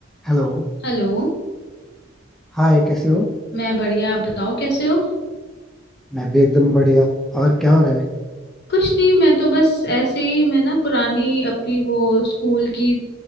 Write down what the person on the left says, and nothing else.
हेलो
मैं बढ़िया आप बताओ कैसे हो
कुछ नहीं मैं तो बस ऐसे ही मैं ना पुरानी अपनी वो स्कूल की